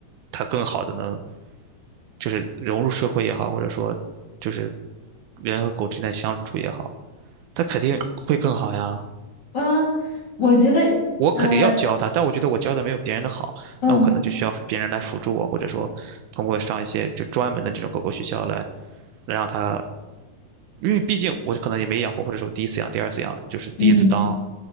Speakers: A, on the right (about 80°); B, on the left (about 40°).
A: 它更好的能就是融入社会也好，或者说就是人和狗之间的相处也好，它肯定会更好呀。
B: 嗯，我觉得呃
A: 我肯定要教他，但我觉得我教的没有别人的好，
B: 嗯
A: 那我可能就需要别人来辅助我，或者说通过上一些就专门的这种狗狗学校来来让他，因为毕竟我可能也没养过，或者是我第一次养、第二次养，就是第一次当
B: 嗯，